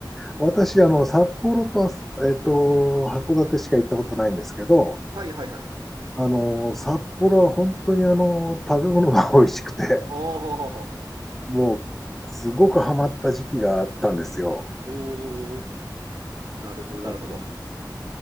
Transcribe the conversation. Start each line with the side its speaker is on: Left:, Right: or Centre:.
Centre: 私、あの、札幌とえっと、函館しか行ったことないんですけど、
Right: はいはいはい。
Centre: あの、札幌は本当にあの、食べ物が美味しくて、
Right: おー、
Centre: もう、すごくハマった時期があったんですよ。
Right: おー、なるほど、なるほど。
Centre: あの